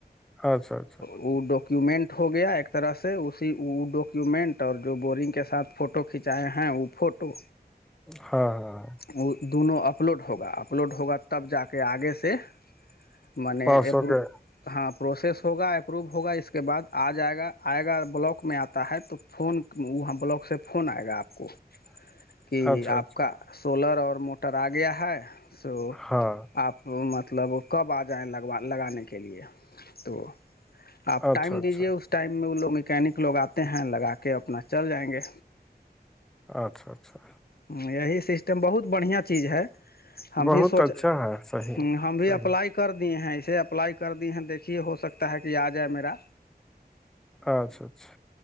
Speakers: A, in the centre; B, on the left.
A: اچھا اچھا
B: وہ ڈاکیومنٹ ہو گیا ایک طرح سے اسی ڈاکیومنٹ اور جو بورنگ کے ساتھ فوٹو فوٹو کھنچائے ہیں وہ فوٹو
A: ہاں ہاں ہاں
B: وہ دونوں اپلوڈ ہوگا اپلوڈ ہوگا تب جا کے آگے سے مان نے
A: پانچ
B: اپو
A: سو کے
B: ہاں پروسس ہوگا اپروو ہوگا اس کے بعد آ جائے گا آئے گا بلاک میں آتا ہے تو فون وہ ہم بلاک سے فون آئے گا آپ کو
A: <inaudible>
B: کہ
A: اچھا
B: آپ کا سولر اور موٹر آ گیا ہے سو
A: ہاں
B: آپ مطلب کب آ جائیں لگوا لگانے کے لیے تو آپ
A: اچھا
B: ٹائم
A: اچھا
B: دیجیے اس ٹائم میں وہ لوگ مکینک لوگ آتے ہیں لگا کے اپنا چل جائیں گے
A: اچھا اچھا
B: ہوں یہی سسٹم بہت بڑھیاں چیز ہے ہم بھی
A: بہت
B: سوچ
A: اچھا
B: ہ
A: ہے صحیح
B: ہم بھی
A: صحیح
B: اپلائی کر دیے ہیں اسے اپلائی کر دیے ہیں دیکھیے ہو سکتا ہے کہ آ جائے میرا
A: اچھا اچھا